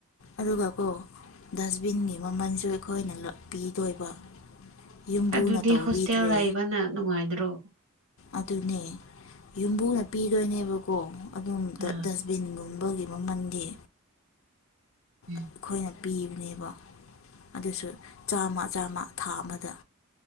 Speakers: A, on the left; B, on the right.
A: ꯑꯗꯨꯒꯀꯣ ꯗꯁꯕꯤꯟꯒꯤ ꯃꯃꯜꯁꯨ ꯑꯩꯈꯣꯏꯅ ꯄꯤꯗꯣꯏꯕ ꯌꯨꯝꯕꯨꯅ
B: ꯑꯗꯨꯗꯤ
A: ꯇꯧꯕꯤꯗ꯭ꯔꯦ
B: ꯍꯣꯁꯇꯦꯜ ꯂꯩꯕꯅ ꯅꯨꯡꯉꯥꯏꯗ꯭ꯔꯣ
A: ꯑꯗꯨꯅꯦ ꯌꯨꯝꯕꯨꯅ ꯄꯤꯗꯣꯏꯅꯦꯕꯀꯣ ꯑꯗꯨꯝ
B: ꯑ
A: ꯗꯁꯕꯤꯟꯒꯨꯝꯕꯒꯤ ꯃꯃꯜꯗꯤ
B: ꯎꯝ
A: ꯑꯩꯈꯣꯏꯅ ꯄꯤꯕꯅꯦꯕ ꯑꯗꯨꯁꯨ ꯆꯥꯝꯃ ꯆꯥꯝꯃ ꯊꯥ ꯑꯃꯗ